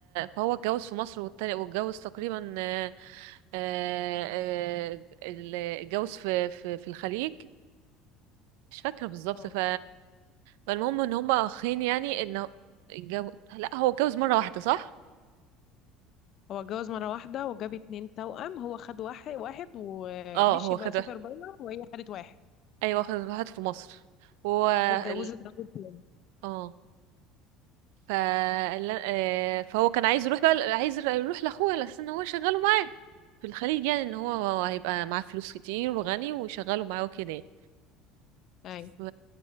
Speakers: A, on the right; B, on the left.
A: فهو اتجوز في مصر والتاني واتجوز تقريبا آه، آه، آه، اتجوز في في في الخليج مش فاكرة بالظبط
B: اه
A: ف فالمهم ان هما اخين يعني ان الجو... لا هو اتجوز مره واحده صح
B: هو اتجوز مرة واحدة وجاب اتنين توأم هو خد واحد واحد ومشي
A: اه هو
B: بقى
A: خد
B: سافر
A: واحد
B: بره وهي خدت واحد
A: ايوه خد واحد في مصر هو
B: واتجوزت
A: ال...
B: راجل تاني
A: اه ف... ال- آه، فهو كان عايز يروح بقى عايز يروح لاخوه على اساس ان هو يشغله معاه في الخليج يعني ان هو هيبقى معاه فلوس كتير وغني ويشغله معاه وكده يعني.
B: أيوة
A: ف...